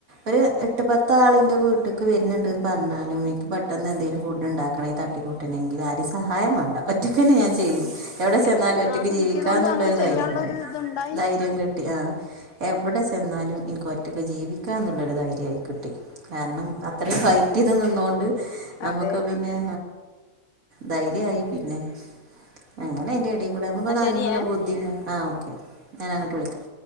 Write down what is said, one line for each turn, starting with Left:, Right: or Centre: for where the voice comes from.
Right: ഒരു എട്ട് പത്താളിൻ്റെ വീട്ട്ക്ക് വരുന്നുണ്ട്ന്ന് പറഞ്ഞാലും എനിക്ക് പെട്ടെന്ന് എന്തെങ്കലും ഫുഡ് ഉണ്ടാക്കണെങ്ക തട്ടിക്കൂട്ട് ട്ടണെങ്കിൽ ആ രിം സഹായം വേണ്ട ഒറ്റക്കന്നെ ഞാൻ ചെയ്യും എവിടെ ചെന്നാലും
Left: ആ അന്ന്
Right: ഒറ്റയ്ക്ക്
Left: അത്
Right: ജീവിക്കാ
Left: കിട്ടിയത് കൊണ്ട്
Right: ന്നുള്ളൊരു
Left: അങ്ങനെ ചെയ്യാനുള്ള
Right: ധൈര്യം പോലെ
Left: ഒരു ഇതുണ്ടായി
Right: ധൈര്യം കിട്ടി ആഹ് എവിടെ
Left: ആ
Right: ചെന്നാലും എനിക്ക് ഒറ്റയ്ക്ക് ജീവിക്കാന്നുള്ളൊരു ധൈര്യമായി കിട്ടി കാരണം അത്രയും വൈ ട്ടിത് നിന്നൊണ്ട് നമുക്ക്
Left: അതെ
Right: പിന്നെ ധൈര്യമായി പിന്നെ അങ്ങനെ അയ്ന്റെ എടയിൽ കൂടെ നമ്മുക്ക്ന്ന
Left: എന്നാ ശരിയേ
Right: അങ്ങനുള്ള ബുദ്ധി ആഹ് ഓക്കെ ഞാനങ്ങട്ട് വിളിക്കാം